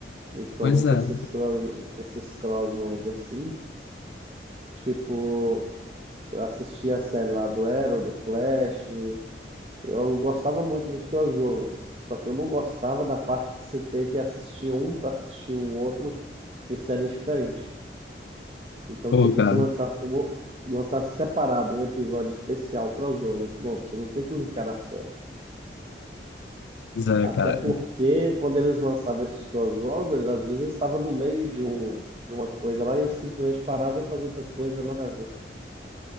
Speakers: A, on the right; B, on the left.
A: Principalmente
B: Pois é.
A: esses cross, esses crossover assim. Tipo, eu assisti a série lá do Arrow, do Flash. Eu gostava muito dos crossovers. Só que eu não gostava da parte de você ter que assistir um para assistir o outro de séries diferentes. Então,
B: Pô,
A: tipo,
B: cara.
A: se lançasse como lançasse separado um episódio especial crossover, pronto, você não tem que linkar na série.
B: Pois é,
A: Até
B: cara.
A: porque quando eles lançavam esses crossovers, às vezes estava no meio de, um, de uma coisa lá e eles simplesmente parava e ia fazer outra coisa, nada a ver.